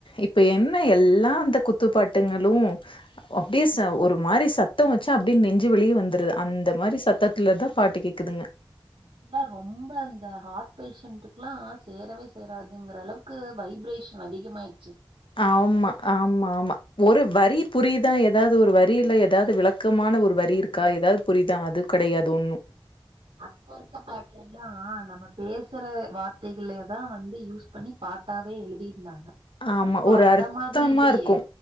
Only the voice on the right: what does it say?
அதுலா ரொம்ப அந்த ஹார்ட் பேஷன்ட்டுக்லா சேரவே சேராதுங்குற அளவுக் க்கு வைப்ரேஷன் அதிகமாய்
ஆமா
ஆமா
அப்பருக்க பாட்ல ல்லா நம்ம பேசற வார்த்தைகளே தா வந்து யூஸ் பண்ணி பாட்டாவே எழுதியிருந்தாங்க
இப்ப
அந்த
மாதிரி இல்லையே